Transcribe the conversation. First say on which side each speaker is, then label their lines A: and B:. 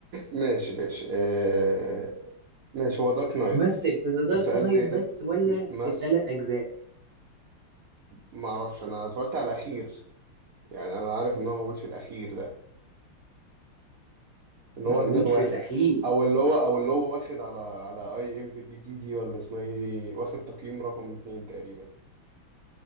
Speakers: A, on the right; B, on the right.
A: ماشي ماشي آه... ماشي هو دارك نايت
B: مثل في ذا
A: انت
B: دارك
A: سألت
B: نايت
A: ايه
B: بس
A: ده
B: ولا
A: م- مس
B: في التلات أجزاء
A: ما اعرفش انا اتفرجت على الاخير يعني انا عارف ان هو موجود في الاخير ده اللي
B: موجود
A: هو اجدد واحد
B: في الأخير
A: او اللي هو او اللي هو واخد على على اي ام بي بي دي دي ولا اسمها ايه دي واخد تقييم رقم اتنين تقريبا